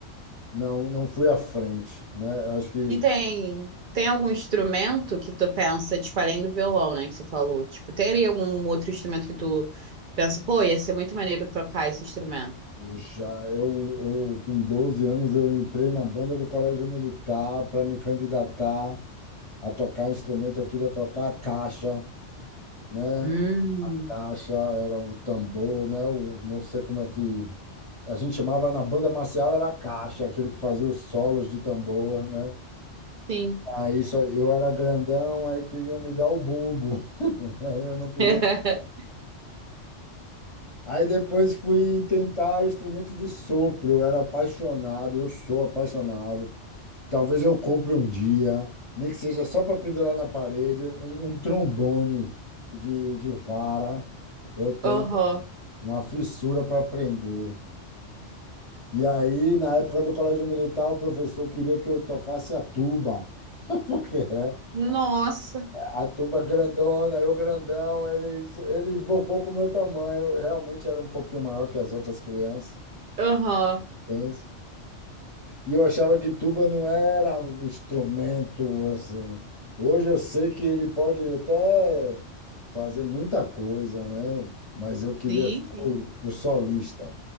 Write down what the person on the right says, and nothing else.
E tem, tem algum instrumento que tu pensa, tipo, além do violão, né, que você falou? Tipo, teria algum outro instrumento que tu pensa, pô, ia ser muito maneiro tocar esse instrumento?
Hum,
sim.
<laughs>
Aham.
Nossa.
Aham.
Sim,
sim.